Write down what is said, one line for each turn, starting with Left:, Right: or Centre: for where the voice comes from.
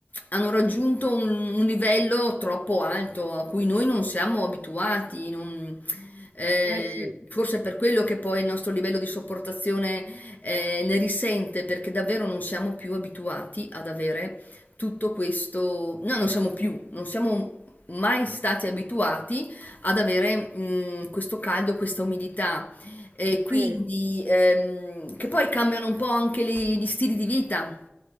Left: hanno raggiunto un, un livello troppo alto a cui noi non siamo abituati. non- eh,
Right: Eh sì,
Left: forse è per quello che poi il nostro livello di sopportazione eh, ne risente, perché davvero non siamo più abituati ad avere tutto questo, noi non siamo più, non siamo mai stati abituati ad avere mh, questo caldo, questa umidità. E quindi
Right: sì.
Left: ehm, che poi cambiano un po' anche le- gli stili di vita